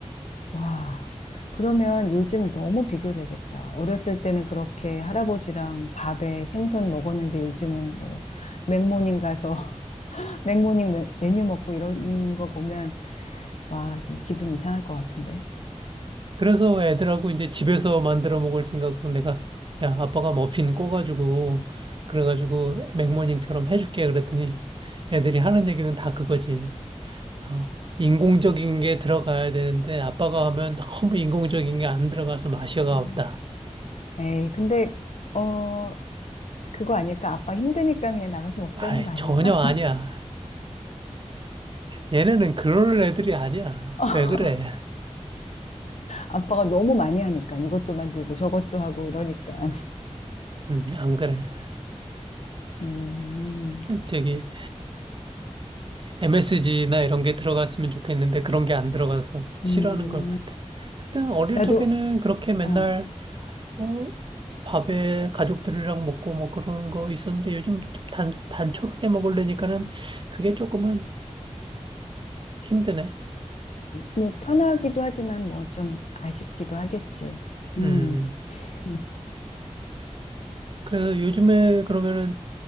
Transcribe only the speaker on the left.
와. 그러면 요즘 너무 비교되겠다. 어렸을 때는 그렇게 할아버지랑 밥에 생선 먹었는데 요즘은 뭐 맥모닝 가서 <laughs> 맥모닝 메- 메뉴 먹고 이런 거 보면 와, 좀 기분 이상할 것 같은데.
음.
에이, 근데, 어, 그거 아닐까? 아빠 힘드니까 그냥 나가서 먹자는
거 아닐까?
<laughs>
아빠가 너무 많이 하니까 이것도 만들고 저것도 하고 이러니까.
음,
음,
나도,
어,
뭐 편하기도 하지만 뭐 좀 아쉽기도 하겠지.
음, <laughs>